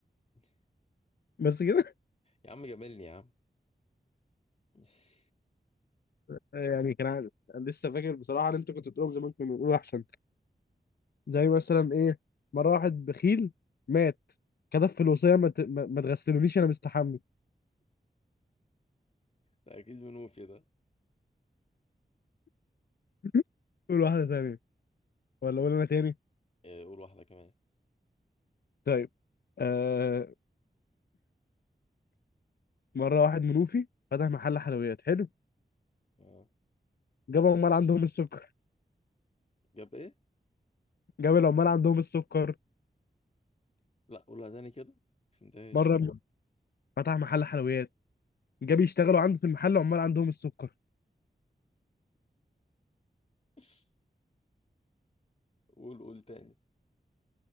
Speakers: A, on the left (about 40°); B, on the left (about 65°).
A: <laughs>
B: بس كده
A: يا عم جاملني يا عم <laughs>
B: <laughs> يعني كان عادي. أنا لسه فاكر بصراحه ان انت كنت بتقولهم زمان كنا بنقول احسن زي مثلا ايه مره واحد بخيل مات كتب في الوصيه ما ت- ما- ما تغسلونيش انا مستحمي
A: ده اكيد منوفي ده
B: <laughs> قول واحده ثانيه ولا قول انا تاني
A: إيه، قول واحدة كمان
B: طيب آه مره واحد منوفي فتح محل حلويات حلو
A: آه.
B: جاب عمال عندهم السكر
A: جاب ايه
B: جاب العمال عندهم السكر
A: لا قولها تاني كده مفهمتهاش
B: مره م- فتح محل حلويات جاب يشتغلوا عنده في المحل عمال عندهم السكر
A: <laughs> قول قول تاني